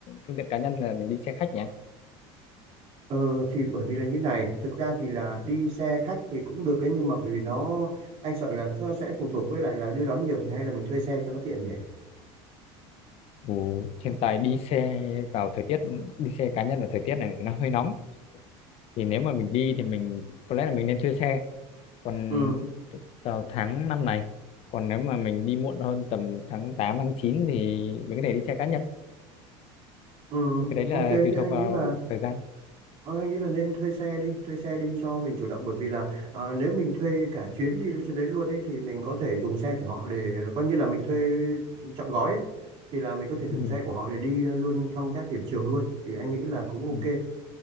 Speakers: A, on the left; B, on the right.
A: phương tiện cá nhân là mình đi xe khách nhé.
B: Ờ, thì bởi vì là như này thực ra thì là đi xe khách thì cũng được đấy nhưng mà bởi vì nó anh sợ là nó sẽ phụ thuộc với lại là đưa đón nhiều thì hay là mình thuê xe cho nó tiện nhỉ
A: Ừ, hiện tại đi xe vào thời tiết đi xe cá nhân vào thời tiết này thì nó hơi nóng. Thì nếu mà mình đi thì mình có lẽ là mình nên thuê xe. Còn
B: ừ
A: t- vào tháng năm này, còn nếu mà mình đi muộn hơn tầm tháng 8 tháng 9 thì mình có thể đi xe cá nhân.
B: ừ
A: Thì cái đấy là
B: ok
A: tùy
B: thì anh
A: thuộc vào
B: nghĩ là
A: thời gian.
B: ờ, anh nghĩ là nên thuê xe đi thuê xe đi cho mình chủ động bởi vì là ờ, nếu mình thuê cả chuyến đi lên trên đấy luôn ấy thì mình có thể dùng xe của họ để coi như là mình thuê trọn gói ấy. thì là mình có thể dùng
A: Ừ.
B: xe của họ để đi luôn thăm các điểm trường luôn thì anh nghĩ là cũng ok
A: Ừ.